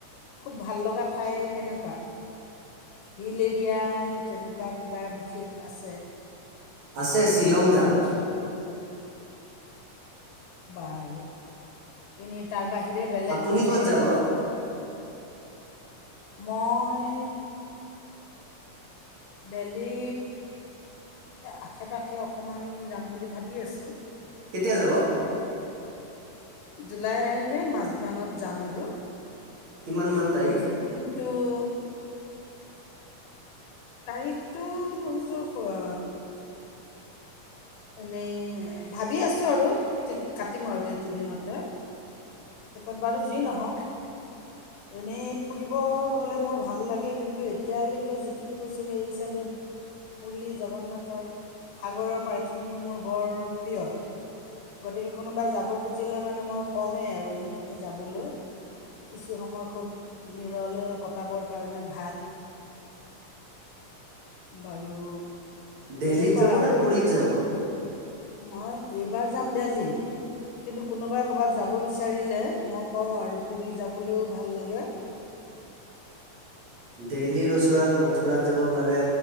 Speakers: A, on the left (about 85°); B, on the right (about 55°).
A: খুব ভাল লগা ঠাই কেনেকুৱা? হিল এৰিয়া নে তেনেকুৱা। থকা কিবা বিশেষ আছে?
B: আছে শ্বিলং যাম।
A: বাৰু এনেই তাৰ বাহিৰে বেলেগ
B: আপুনি
A: এনেই
B: ক'ত যাব
A: মই। দিল্লী আশে -পাশে অকণমান যাম বুলি ভাবি আছোঁ।
B: কেতিয়া যাব?
A: জুলাইৰে মাজমানত নত যাম আৰু।
B: কিমান মান তাৰিখ?
A: তাৰিখ তোৰ? তাৰিখটো লৈ যোৱা এনেই ভাবি আছো আৰু কাটিম আৰু এইকেইদিনতে, টিকট বাৰু যি নহওঁ এনেই ফুৰিব গ'লে মোৰ ভাল লাগে কিন্তু এতিয়ালৈকে যিখিনি গৈছো সেই হিচাপে পুৰি জগন্নাথৰ সাগৰৰ পাৰ্ক খিনি মোৰ বৰ প্ৰিয়। গতিকে কোনোবাই যাব খুজিলে মানে মই কওঁৱেই আৰু সেইখিনি যাবলৈ কিছু সময় খুব নিৰলে কটাবৰ কাৰণে ভাল বাৰু
B: দেল্লীত
A: তেনেকুৱা
B: যাব
A: আৰু
B: নে পুৰীত যাব
A: মই এইবাৰ যাম দেলহি কিন্তু কোনোবাই ক'ৰবাত যাব বিচাৰিলে মই কওঁ আৰু পুৰি যাবলৈও ভাল লাগে
B: দিল্লী ওচ মচৰাত মথুৰাত যাব পাৰে